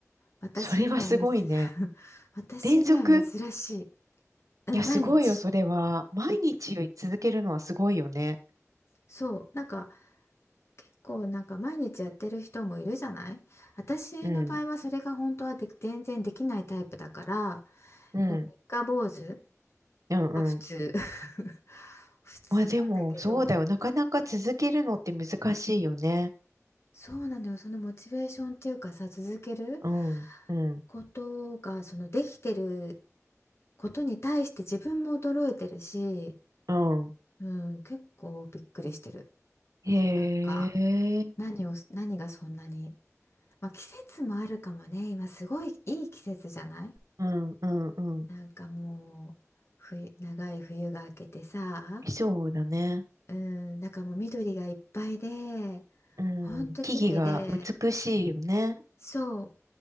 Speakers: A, on the left; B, on the right.
A: 私には珍
B: それはすごいね。
A: <laughs> 私には珍しい。
B: 連続
A: うん、
B: いや、
A: 毎日。
B: すごいよ、それは。毎日続けるのはすごいよね。
A: そう。なんか、結構なんか毎日やってる人もいるじゃない私の場合はそれが本当はで全然できないタイプだから、
B: うん、うん、
A: もう三日坊主
B: うん、
A: が普通
B: うん。
A: <laughs>。普通なんだけど、
B: まあでも、そうだよ。なかなか続けるのって難しいよね。
A: そうなのよ。そのモチベーションっていうかさ、続ける
B: うん、うん、
A: ことが、そのできてることに対して自分も驚いてるし、
B: うん。
A: うん、結構びっくりしてる。
B: へえ、
A: なんか、何を、何がそんなに。まあ、季節もあるかもね。今すごいいい季節じゃない
B: うん、うん、うん。
A: なんかもう冬、長い冬が明けてさ、
B: そうだね。
A: うん、なんかもう緑がいっぱいで、
B: うん、
A: ほんと綺麗で、
B: 木々が美しいよね。
A: そう。